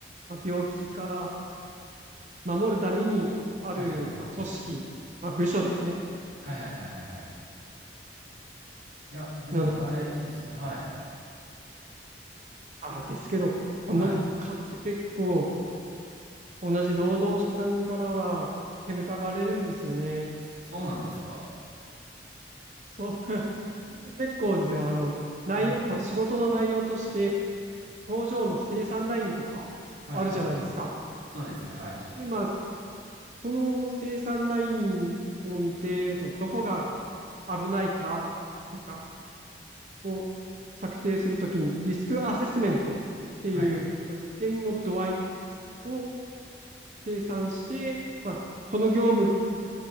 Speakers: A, on the right; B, on the right.
A: まあ、病気から守るためにある、
B: はいはいはいはいはい。
A: まあ、組織、まあ、部署ですね。
B: はいはいはいはいはい。いや、でも大事ですよね。
A: な
B: はい。
A: あ、
B: け、
A: ですけど、この蚊って結構、
B: はい。
A: 同じ労働者さんからは、煙たがれるんですよね。
B: そうなんですか。
A: そう、<laughs> 結構ですね、あの、内容、
B: はい。
A: まあ、仕事の内容として、工場の生産ラインとかあるじゃないですか。
B: はいはいはい。そうですね。はい。
A: そして、まあ、その生産ラインを見て、そのどこが危ないかとかを策定するときに、リスクアセスメントっていう、
B: はい。
A: その危険の度合いを計算して、まあ、この業務